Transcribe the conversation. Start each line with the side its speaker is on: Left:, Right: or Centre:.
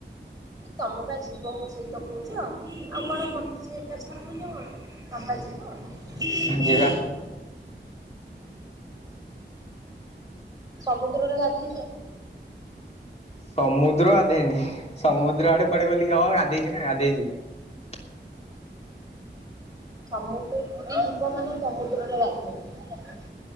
Right: କି ତମେ ପା ଯିବ ମୋ ସହିତ କହୁଛ ଆଉ କଣ ମତେ ସେ ଏକା ଛାଡ଼ିଯିବ କଣ ତମେ ପା ଯିବ? <inaudible>
Left: ଯିବା
Right: ସମୁଦ୍ରରେ ଗାଧେଇଛ?
Left: ସମୁଦ୍ର ଗାଧେଇନି ସମୁଦ୍ର ଆଡେ <unintelligible> ଗଲି ହଁ ଗାଧେଇଛି ନା ଗାଧେଇଛି ।
Right: ସମୁଦ୍ର କୂଳକୁ ଯିବ ମାନେ ସମୁଦ୍ରରେ ଗାଧୋଇବ ହେଲା ।